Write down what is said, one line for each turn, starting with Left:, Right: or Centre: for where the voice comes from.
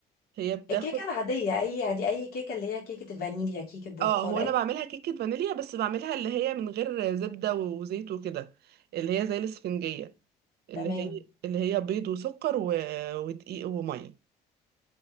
Right: هي بتاخد
Left: الكيكة العادية اي عادي اي كيكة اللي هي كيكة الفانيليا كيكة برتقال
Right: اه هو
Left: اي
Right: انا بعملها كيكة فانيليا بس بعملها اللي هي من غير زبدة وزيت وكده اللي هي زي الاسفنجية اللي
Left: تمام
Right: هي اللي هي بيض وسكر و... ودقيق وميه